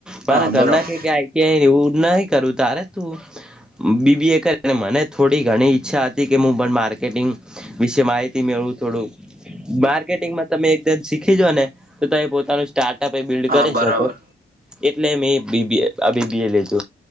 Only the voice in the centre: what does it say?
મારા
ઘર
ના કે આઈટીઆઈ એવું ના કરું તારે તું બીબીએ કરીને મને થોડી ઘણી ઈચ્છા હતી કે મુ પણ માર્કેટિંગ વિશે માહિતી મેળવું થોડું માર્કેટિંગમાં તમે એકદમ શીખીજોને તો તમે પોતાનું સ્ટાર્ટઅપ એ બિલ્ડ
કરી
શકો. એટલે મેં બીબી આ બીબીએ લીધો.